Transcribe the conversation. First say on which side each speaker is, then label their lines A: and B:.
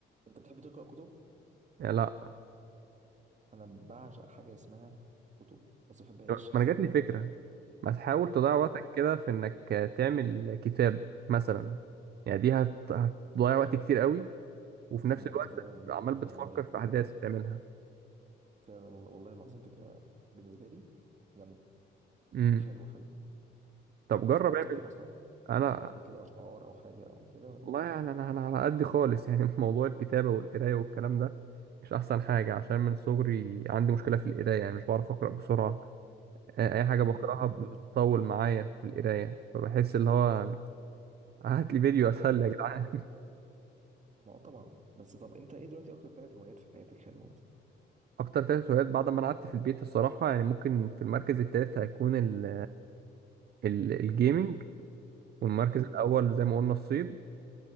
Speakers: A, on the right; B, on the right.
A: انت بتحب تقرا كتب
B: لا
A: انا بعشق حاجه اسمها كتب بس ما بحبهاش
B: ما انا جات لي فكره ما تحاول
A: <laughs>
B: تضيع
A: قول
B: وقتك كده في انك تعمل كتاب مثلا يعني دي هت... هتضيع وقت كتير قوي وفي نفس
A: صدق
B: الوقت
A: انت فعلا جبت
B: عمال بتفكر
A: يعني
B: في
A: فكره
B: احداث بتعملها
A: فعلا والله العظيم فكره بالنسبه لي جامده
B: امم
A: حلو حلو
B: طب جرب
A: انت بتعرف
B: اعمل
A: تكتب اصلا
B: انا
A: كتبت قبل كده اشعار او حاجه او كده ولا
B: والله يعني انا انا على قد خالص يعني <laughs> في موضوع الكتابه والقرايه والكلام ده مش احسن حاجه عشان من صغري عندي مشكله في القرايه يعني مش بعرف اقرا بسرعه آه، اي حاجه
A: مم.
B: بقراها
A: فهمت
B: بتطول معايا في القرايه فبحس اللي هو هات لي فيديو اسهل يا جدعان
A: ما هو طبعا بس طب انت ايه دلوقتي اكتر ثلاث هوايات في حياتك حلوه مثلا
B: اكتر ثلاث هوايات بعد ما انا قعدت في البيت الصراحه يعني ممكن في المركز الثالث هيكون ال ال الجيمنج والمركز
A: حلو
B: الاول زي ما قلنا الصيد